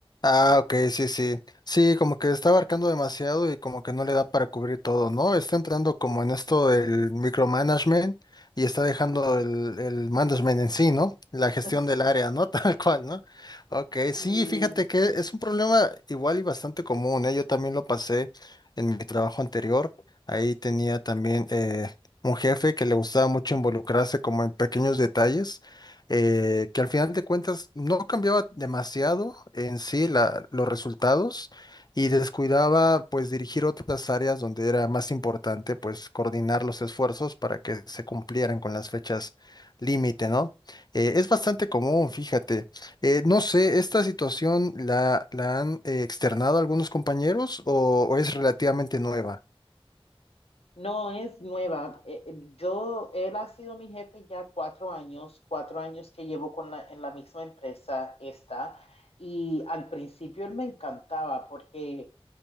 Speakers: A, on the left; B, on the left.
A: Ah, ok, sí, sí. Sí, como que está abarcando demasiado y como que no le da para cubrir todo, ¿no? Está entrando como en esto del micromanagement y está dejando el, el management en sí, ¿no? La gestión
B: <laughs>
A: del área, ¿no? <laughs> Tal cual, ¿no? Ok,
B: Sí,
A: sí, fíjate que es un problema igual y bastante común, ¿eh? Yo también lo pasé en mi trabajo anterior. Ahí tenía también eh, un jefe que le gustaba mucho involucrarse como en pequeños detalles eh, que al final de cuentas no cambiaba demasiado en sí la- los resultados y descuidaba pues dirigir otras áreas donde era más importante pues coordinar los esfuerzos para que se cumplieran con las fechas límite, ¿no? Eh, es bastante común, fíjate. Eh, no sé, ¿esta situación la, la han eh, externado algunos compañeros o, o es relativamente nueva?
B: No, es nueva. Eh, eh, yo, él ha sido mi jefe ya cuatro años, cuatro años que llevo con la, en la misma empresa esta, y al principio él me encantaba porque